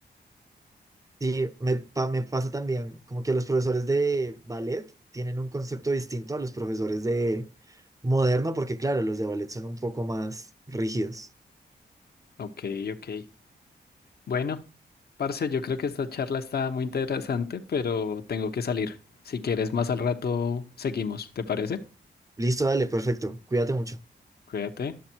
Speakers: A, on the right; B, on the left.
A: Sí, me, pa- me pasa también como que los profesores de ballet tienen un concepto distinto a los profesores de moderno, porque claro, los de ballet son un poco más rígidos.
B: Ok, ok. Bueno, parce, yo creo que esta charla está muy interesante, pero tengo que salir. Si quieres, más al rato seguimos, ¿te parece?
A: Listo, dale, perfecto. Cuídate mucho.
B: Cuídate.